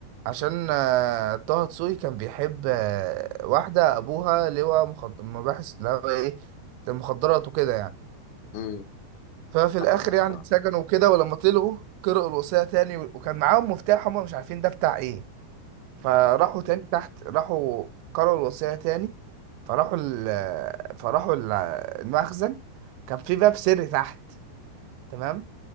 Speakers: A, on the right; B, on the left.
A: عشان آه، طه دسوقي كان بيحب آه، واحدة أبوها لواء مخد... مباحث لا ايه ده مخدرات وكده يعني
B: امم
A: ففي
B: صفقه
A: الاخر
B: مخدرات
A: يعني اتسجنوا وكده ولما طلعوا قرأوا الوصية تاني وكان معاهم مفتاح هم مش عارفين ده بتاع ايه فراحوا تاني تحت راحوا قرأوا الوصية تاني فراحوا ال فراحوا ال- المخزن كان في باب سري تحت تمام